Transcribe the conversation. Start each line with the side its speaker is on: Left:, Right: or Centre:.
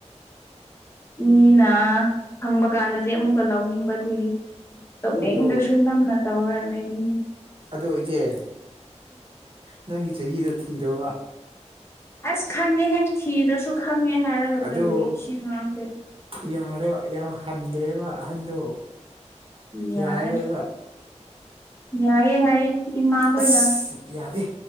Left: ꯃꯤꯅ ꯐꯪꯕ ꯀꯥꯟꯗꯗꯤ ꯑꯃꯨꯛꯀ ꯂꯧꯅꯤꯡꯕꯗꯨꯒꯤ ꯇꯧꯅꯤꯡꯗ꯭ꯔꯁꯨ
Right: ꯑꯗꯣ
Left: ꯅꯝꯅ ꯇꯧꯔ ꯂꯩꯕꯅꯤꯅꯦ
Right: ꯑꯗꯣ ꯏꯆꯦ ꯅꯪꯒꯤ ꯆꯍꯤꯗꯣ ꯊꯤꯔꯣꯕ
Left: ꯑꯁ ꯈꯪꯉꯦꯍꯦ ꯊꯤꯗꯔꯁꯨ ꯈꯪꯉꯦ ꯍꯥꯏꯔꯒ
Right: ꯑꯗꯨ
Left: ꯀꯔꯤ ꯁꯤ ꯑꯉꯥꯡꯁꯦ
Right: ꯌꯥꯔꯦꯕ ꯌꯥꯝ ꯍꯟꯒꯔ꯭ꯦꯕ ꯑꯍꯟꯗꯣ
Left: ꯌꯥꯔꯦ
Right: ꯌꯥꯔꯔꯣꯏꯕ
Left: ꯌꯥꯏꯌꯦ ꯍꯥꯏꯌꯦ ꯏꯃꯥꯈꯣꯏꯅ
Right: ꯑꯁ ꯌꯥꯗꯦ